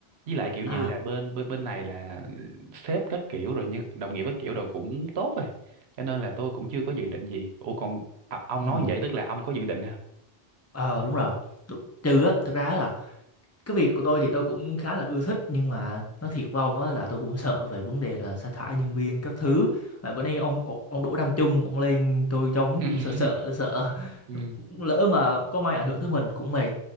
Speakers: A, on the right; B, on the left.
A: với lại kiểu
B: À.
A: như là bên bên bên này là sếp các kiểu rồi nhưng đồng nghiệp các kiểu rồi cũng tốt rồi cho nên là tôi cũng chưa có dự định gì ủa còn à, ông
B: Ừ.
A: nói như vậy tức là ông có dự định hả?
B: Ờ đúng rồi. Tr- Trừ á, thực ra là cái việc của tôi thì tôi cũng khá là ưa thích nhưng mà nói thiệt với ông á là tôi cũng sợ về vấn đề là sa thải nhân viên các thứ mà bữa nay ông ông ông Đỗ Nam Trung ông lên tôi trông
A: ừ
B: cũng
A: <laughs>
B: sợ sợ sợ <laughs>
A: ừ
B: lỡ mà có may ảnh hưởng tới mình cũng mệt